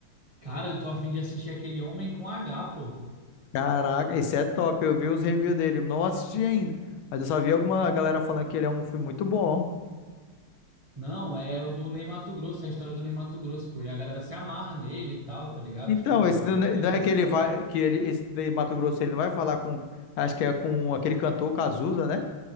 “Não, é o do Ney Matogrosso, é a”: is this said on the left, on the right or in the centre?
Right